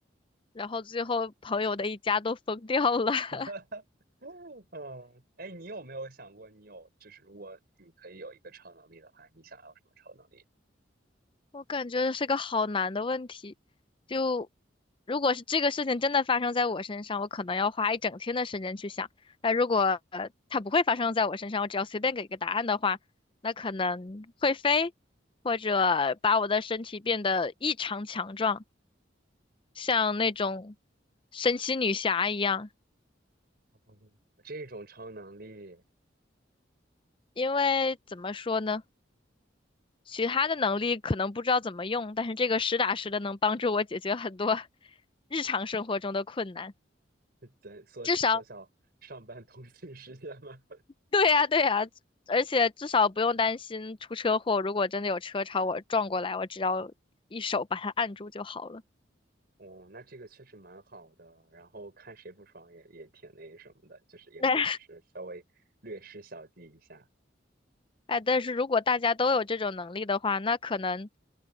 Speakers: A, on the left; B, on the right.
A: 然后最后朋友的一家都疯掉了，<laughs>
B: <laughs> 嗯，哎，你有没有想过，你有就是如果你可以有一个超能力的话，你想要什么超能力？
A: 我感觉这是个好难的问题。就如果是这个事情真的发生在我身上，我可能要花一整天的时间去想。那如果呃它不会发生在我身上，我只要随便给个答案的话，那可能会飞，或者把我的身体变得异常强壮，像那种神奇女侠一样。
B: 哦这种超能力。
A: 因为怎么说呢，其他的能力可能不知道怎么用，但是这个实打实的能帮助我解决很多 <laughs> 日常生活中的困难。
B: <laughs> 对，缩缩小上班通勤时间嘛。
A: 至少，
B: <laughs>
A: 对呀，对呀，而且至少不用担心出车祸。如果真的有车朝我撞过来，我只要一手把它按住就好了。
B: 哦，那这个确实蛮好的。然后看谁不爽也也挺那什么的，就是也可以就是稍微略施小计一下。
A: 但哎，但是如果大家都有这种能力的话，那可能